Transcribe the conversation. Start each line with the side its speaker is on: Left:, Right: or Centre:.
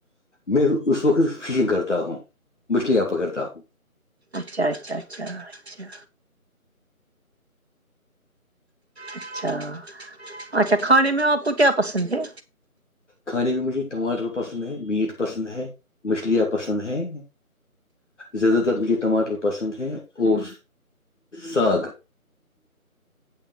Left: میں اس وقت فشنگ کرتا ہوں مچھلیاں پکڑتا ہوں
Right: اچھا اچھا اچھا اچھا اچھا اچھا کھانے میں آپ کو کیا پسند ہے
Left: کھانے میں مجھے ٹماٹر پسند ہے میٹ پسند ہے مچھلیاں پسند ہیں زیادہ تر مجھے ٹماٹر پسند ہے اور ساگ